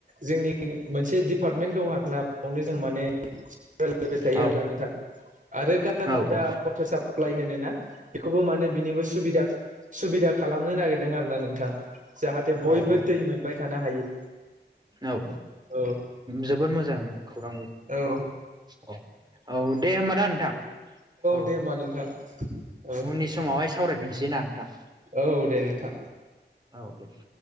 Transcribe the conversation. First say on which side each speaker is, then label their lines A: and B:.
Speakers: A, on the right; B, on the right.
A: जोंनि मोनसे दिडिपार्टमेन्ट दं आरो नामावनो जों माने बाय थायो
B: औ
A: आरोना नोंथां आरो गामियाव
B: औ
A: दा
B: औ
A: वाटार साप्लाइ होनो ना? बेखौबो माने बिनिबो सुबिदा सुबिदा खालामनो नागिरदों आरो ना नोंथां। जाहाथे बयबो
B: औ औ
A: दै मोनबाय थानो हायो।
B: औ
A: औ
B: जोबोर मोजां। खौरां
A: औ
B: औ औ दे होमबा दे नोंथां औ।
A: दे होमबा नोंथां औ
B: उननि समावहाय सावरायफिनसै ना नोंथां
A: औ दे नोंथां
B: औ दे। <inaudible>